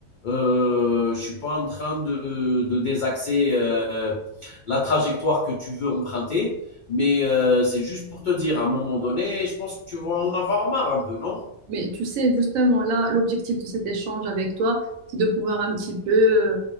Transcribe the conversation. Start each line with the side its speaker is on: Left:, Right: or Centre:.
Left: Euh, je ne suis pas en train de, de désaxer euh, la trajectoire que tu veux emprunter, mais euh, c'est juste pour te dire, à un moment donné, je pense que tu vas en avoir marre un peu, non
Right: Mais tu sais, justement, là, l'objectif de cet échange avec toi, c'est de pouvoir un petit peu, euh,